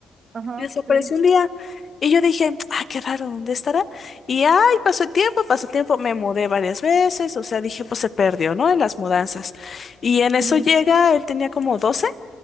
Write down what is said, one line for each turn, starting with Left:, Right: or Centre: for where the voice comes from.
Right: Ajá,
Left: Y desapareció
Right: sí.
Left: un día. Y yo dije, ah, qué raro, ¿dónde estará? Y ay, pasó el tiempo, pasó el tiempo, me mudé varias veces, o sea, dije, pues se perdió, ¿no? En las mudanzas. Y en eso
Right: Ujú,
Left: llega, él tenía como 12